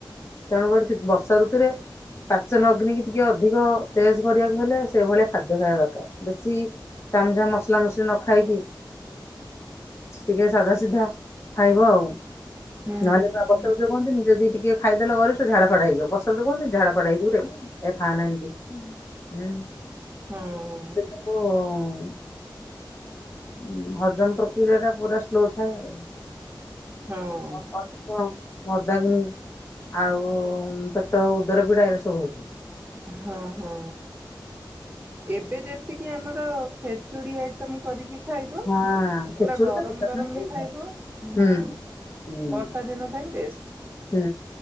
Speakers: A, on the left; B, on the right.
A: ତେଣୁକରି ସେ ବର୍ଷା ଋତୁରେ ପାଚନ ଅଗ୍ନିିକି ଟିକେ ଅଧିକ ତେଜ୍ କରିବାକୁ ହେଲେ ସେଭଳିଆ ଖାଦ୍ୟ ଖାଇବା ଦରକାର ବେଶୀ ତାମ ଯା ମସଲା ମସଲି ନ ଖାଇକି ଟିକେ ସାଧା ସିଧା ଖାଇବ ଆଉ
B: ହୁଁ ହୁଁ
A: ନହେଲେ ତ ବସଦ ଯ କହନ୍ତି ନିଜ ଦି ଟିକେ ଖାଇଦେଲେ ଗରିଷ୍ ଝାଡ଼ ଫାଡା ହେଇଯିବ ବସାଦ କୁହନ୍ତି ଝାଡ଼ ଫାଡା ହେଇ ଯିବରେ ଏ ଖାଉ ନାହାନ୍ତି ଉଁ।
B: ହଁ।
A: <unintelligible> ଉଁ ହଜମ ପ୍ରକ୍ରିୟା ଟା ପୁରା ସ୍ଲୋ ଥାଏ ଆଉ।
B: ହଁ।
A: <unintelligible> ଆଉ ପେଟ ଉଦର ପିଡାରେ ସବୁକୁ।
B: ହଁ ହଁ ଏବେ ଯେତ୍ ଏତିକି ଆମର ଖେଚୁଡ଼ି ଆଇଟମ୍ କରିକି ଖାଇବ
A: ହଁ ଖେଚୁଡି
B: ପୁରା ଗରମ
A: ଟା ପେଟ
B: ଗରମ
A: ପାଇଁ ବହୁତ
B: ବି ଖାଇବ
A: ଭଲ ହୁଁ
B: ହଁ।
A: ହୁଁ
B: ବର୍ଷା ଦିନ ପାଇଁ ବେଷ୍ଟ।
A: ହୁଁ